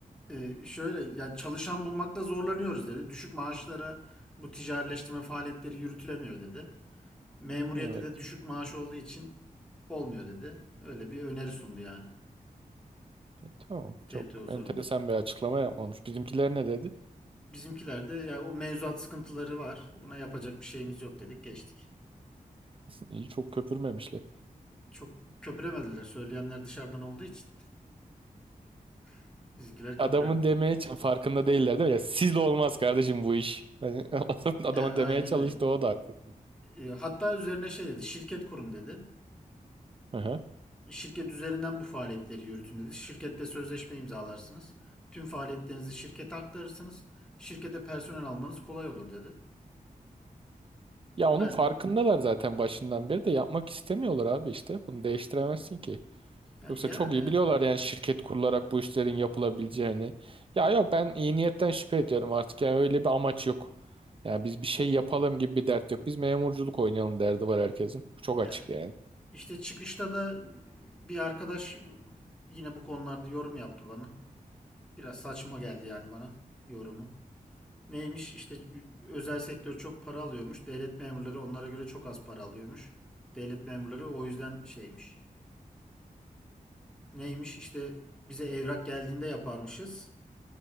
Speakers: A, in the centre; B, on the right.
A: e, şöyle ya çalışan bulmakta zorlanıyoruz dedi. Düşük maaşlara bu ticarileştirme faaliyetleri yürütülemiyor dedi. Memuriyette
B: Evet.
A: de düşük maaş olduğu için olmuyor dedi. Öyle bir öneri sundu yani.
B: Tamam.
A: TTO
B: Çok
A: sorumlusu.
B: enteresan bir açıklama yapmamış. Bizimkiler ne dedi?
A: Bizimkilerde ya o mevzuat sıkıntıları var. Ona yapacak bir şeyimiz yok dedik geçtik.
B: İyi çok köpürmemişler.
A: Çok köpüremediler. Söyleyenler dışarıdan olduğu için <laughs> bizimkiler
B: Adamın
A: köpüremedi.
B: demeye ç- farkında değiller değil mi? Ya sizle olmaz kardeşim bu iş. Hani <laughs> adamın
A: E, aynen
B: demeye çalıştı
A: öyle.
B: o da artık.
A: E, hatta üzerine şey dedi. Şirket kurun dedi.
B: Aha.
A: Şirket üzerinden bu faaliyetleri yürütün dedi. Şirkette sözleşme imzalarsınız. Tüm faaliyetlerinizi şirkete aktarırsınız. Şirkete personel almanız kolay olur dedi. Ben
B: Ya onun farkındalar zaten başından beri de yapmak istemiyorlar abi işte. Bunu değiştiremezsin ki.
A: yani,
B: Yoksa
A: yani
B: çok iyi biliyorlar yani şirket kurularak bu işlerin yapılabileceğini. Ya yok ben iyi niyetten şüphe ediyorum artık. Yani öyle bir amaç yok. Yani biz bir şey yapalım gibi bir dert yok. Biz memurculuk oynayalım derdi var herkesin. Bu Çok açık
A: ya
B: yani.
A: işte çıkışta da bir arkadaş yine bu konularda yorum yaptı bana. Biraz saçma geldi yani bana yorumu. Neymiş işte özel sektör çok para alıyormuş. Devlet memurları onlara göre çok az para alıyormuş. Devlet memurları o yüzden şeymiş. Neymiş işte bize evrak geldiğinde yaparmışız.